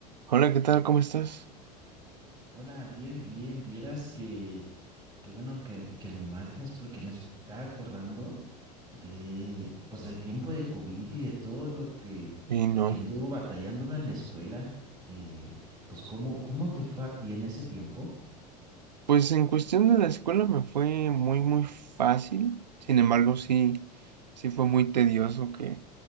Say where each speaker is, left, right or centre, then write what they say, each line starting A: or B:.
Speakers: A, on the right (about 80°); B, on the right (about 20°).
A: Hola, ¿qué tal? ¿Cómo estás?
B: Hola, bien, bien. Vieras que, qué bueno que, que me marcas porque me está acordando de, pues, del tiempo de COVID y de todo lo que,
A: Y no.
B: lo que anduvo batallando uno en la escuela. Eh, pues, ¿cómo, cómo te fue a ti en ese tiempo?
A: Pues en cuestión de la escuela me fue muy, muy fácil. Sin embargo, sí, sí fue muy tedioso que,